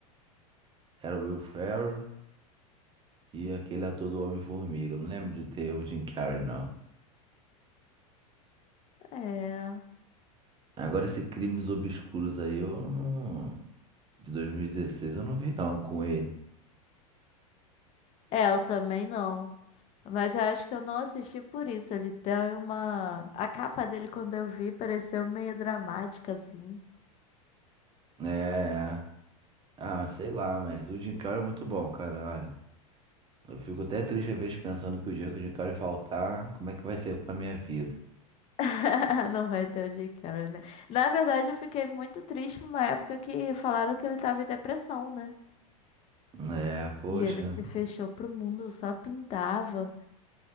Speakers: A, on the right; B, on the left.
A: era o Will Ferrell e aquele ator do Homem-Formiga. Eu Não lembro de ter o Jim Carrey, não.
B: é.
A: Agora, esse Crimes Obscuros aí, eu não. De 2016, eu não vi, não, com ele.
B: É, eu também não. Mas eu acho que eu não assisti por isso. Ele tem uma. A capa dele, quando eu vi, pareceu meio dramática, assim.
A: É, é. Ah, sei lá, mas o Jim Carrey é muito bom, cara, olha. Eu fico até triste às vezes pensando que o dia que o Jim Carrey faltar, como é que vai ser com a minha vida?
B: <laughs> Não vai ter o Jim Carrey, né? Na verdade, eu fiquei muito triste numa época que falaram que ele tava em depressão, né?
A: É, poxa.
B: E ele se fechou pro mundo, só pintava.